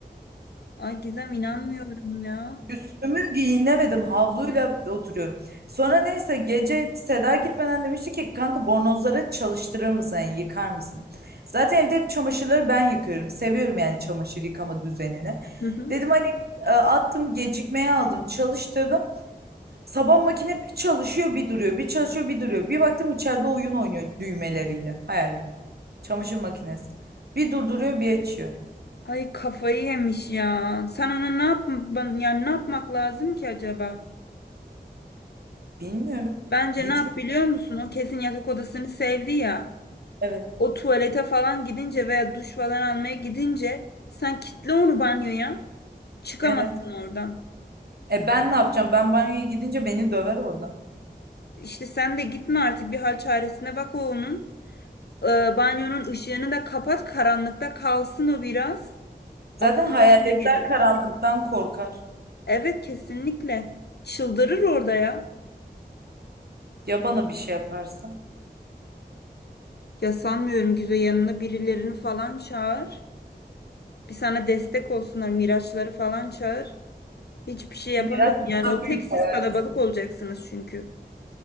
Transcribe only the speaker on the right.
Üstümü giyinemedim. Havluyla oturuyorum. Sonra neyse gece Seda gitmeden demişti ki kanka bornozları çalıştırır mısın? Yani yıkar mısın? Zaten evde hep çamaşırları ben yıkıyorum. Seviyorum yani çamaşır yıkama düzenini.
Dedim hani e, attım gecikmeye aldım çalıştırdım. Sabah makine bir çalışıyor bir duruyor. Bir çalışıyor bir duruyor. Bir baktım içeride oyun oynuyor düğmeleriyle. Hayal et. Çamaşır makinesi. Bir durduruyor bir açıyor.
Bilmiyorum.
Gitmiyor.
Evet.
Evet.
E ben ne yapacağım? Ben banyoya gidince beni döver orada.
Zaten
hayaletler
karanlıktan korkar.
Ya bana bir şey yaparsa?
Miraç
daha
büyük
hayal.